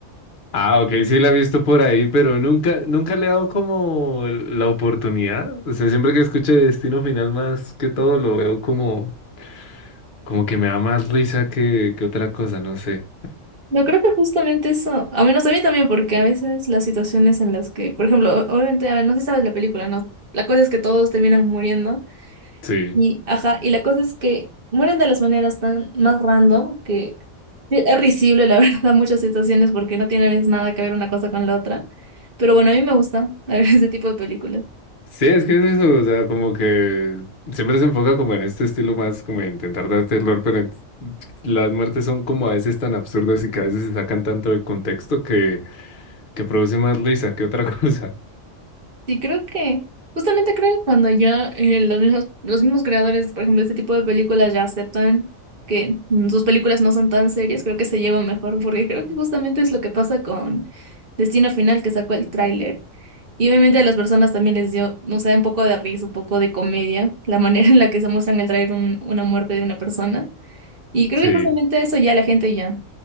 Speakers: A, on the left; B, on the right.
A: Ah, ok, sí la he visto por ahí, pero nunca, nunca le he dado como la oportunidad. O sea, siempre que escucho Destino Final más que todo, lo veo como, como que me da más risa que, que otra cosa, no sé.
B: <laughs> Yo creo que justamente eso, a menos a mí también, porque a veces las situaciones en las que, por ejemplo, o- obviamente, a ver, no sé si sabes la película, ¿no? La cosa es que todos terminan muriendo.
A: Sí.
B: Y, ajá, y la cosa es que mueren de las maneras tan más random que es risible, la <laughs> verdad, muchas situaciones porque no tiene a veces nada que ver una cosa con la otra. Pero bueno, a mí me gusta <laughs> ver ese tipo de películas.
A: Sí, es que es eso, o sea, como que siempre se enfoca como en este estilo más, como de intentar dar terror, pero en- las muertes son como a veces tan absurdas y que a veces se sacan tanto de contexto que, que produce más risa que otra <laughs> cosa.
B: Sí, creo que, justamente creo que cuando ya eh, los mismos, los mismos creadores, por ejemplo, de este tipo de películas ya aceptan que mm, sus películas no son tan serias, creo que se llevan mejor, porque creo que justamente es lo que pasa con Destino Final, que sacó el tráiler. Y obviamente a las personas también les dio, no sé, un poco de risa, un poco de comedia, la manera en la que se muestra en el tráiler un- una muerte de una persona. Y creo
A: Sí,
B: que justamente eso ya la gente ya,